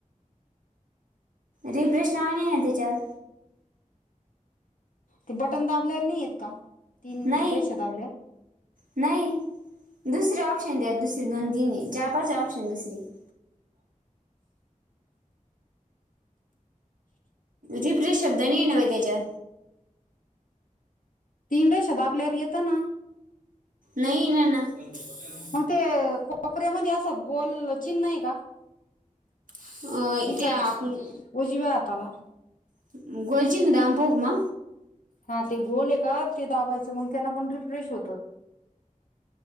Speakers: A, on the right; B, on the left.
A: रिफ्रेश नाव नईये न त्याच्यावर्
B: ते बटन दाबल्यावर नाही आहेतेत का तीन
A: नाही
B: रेषा दाबल्यावर
A: नाही दुसर ऑप्शन द्या दुसरी दोन तीनही चार पाच ऑप्शन दुसरी. <inaudible> रिफ्रेश शब्द नाहीये व त्याच्या.
B: तीन रेषा दाबल्यावर येतं ना.
A: नई न न. <inaudible>
B: मग ते कोपऱ्यामध्ये असं गोल चिनन आहे का.
A: अं,
B: इ
A: त्या
B: खडच
A: आपण
B: उजिव्या आताला.
A: <unintelligible>
B: हा ते गोल आहे का ते दाबायचं मग त्यांना पण रिफ्रेश होतं.